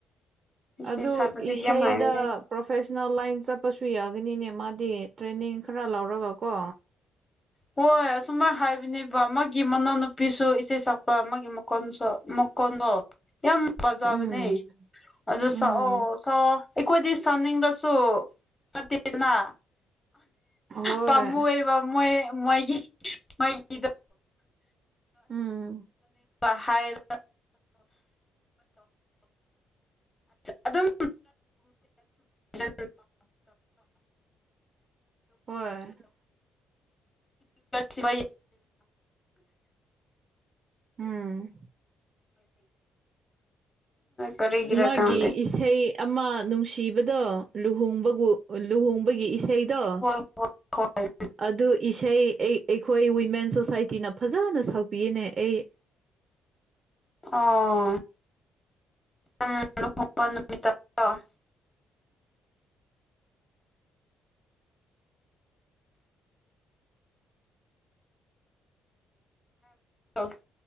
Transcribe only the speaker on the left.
ꯏꯆꯦ
ꯁꯛꯄꯗꯤ
ꯌꯥꯝ ꯍꯥꯏꯕꯅꯦ
ꯍꯣꯏ ꯑꯁꯨꯨꯝꯃꯥꯏꯅ ꯍꯥꯏꯕꯅꯦꯕ ꯃꯥꯒꯤ ꯃꯅꯥꯎꯅꯨꯄꯤꯁꯨ ꯏꯆꯦ ꯁꯛꯄ ꯑꯃꯒꯤ ꯃꯀꯣꯟꯁꯨ ꯃꯀꯣꯟꯗꯣ ꯌꯥꯝ ꯄꯖꯕꯅꯦ
ꯑꯗꯨ
ꯁꯛꯑꯣ ꯁꯛꯑꯣ ꯑꯩꯈꯣꯏꯗꯤ ꯁꯥꯟꯅꯤꯡꯂꯁꯨ ꯐꯠꯇꯦꯗꯅ
ꯄꯥꯝꯃꯨꯏꯑꯦꯕ ꯃꯣꯏ ꯃꯣꯏꯒꯤ ꯃꯣꯏ ꯏꯗ
<inaudible> ꯍꯥꯏꯔ <inaudible> ꯑꯗꯨꯝ <inaudible>
ꯁꯤ <inaudible>
ꯀꯔꯤꯒꯤꯔ
ꯈꯪꯗꯦ
<inaudible>
ꯑꯣ <inaudible> ꯑꯥ <inaudible>